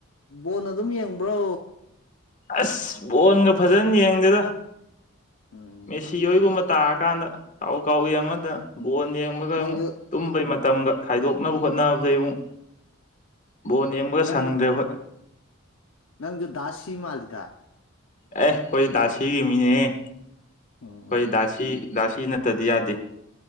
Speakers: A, on the left; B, on the left.
A: ꯕꯣꯟ ꯑꯗꯨꯝ ꯌꯦꯡꯕ꯭ꯔꯣ
B: ꯑꯁ ꯕꯣꯟꯒ ꯐꯖꯅ ꯌꯦꯡꯗꯦꯗ
A: ꯎꯝ
B: ꯃꯦꯁꯤ ꯍꯣꯏꯒꯨꯝꯕ ꯇꯥꯔ ꯀꯥꯟꯗ ꯀꯥꯎ ꯀꯥꯎ ꯌꯦꯡꯕꯗꯅ ꯕꯣꯟ ꯌꯦꯡꯕꯒ
A: ꯅꯪꯁꯨ
B: ꯇꯨꯝꯕꯩ ꯃꯇꯝꯒ ꯈꯥꯏꯗꯣꯛꯅꯕ ꯍꯣꯠꯅꯕꯗꯩ ꯑꯃꯨꯛ ꯕꯣꯟ ꯌꯦꯡꯕꯒ
A: ꯅꯪꯁꯨ
B: ꯁꯪꯗ꯭ꯔꯦ ꯍꯣꯏ
A: ꯅꯪꯁꯨ ꯗꯥꯁꯤ ꯃꯥꯂꯤꯗ
B: ꯑꯦ ꯑꯩꯈꯣꯏ ꯗꯥꯁꯤꯒꯤ ꯃꯤꯅꯦ ꯑꯩꯈꯣꯏ
A: ꯎꯝ
B: ꯗꯥꯁꯤ ꯗꯥꯁꯤ ꯅꯠꯇꯗꯤ ꯌꯥꯗꯦ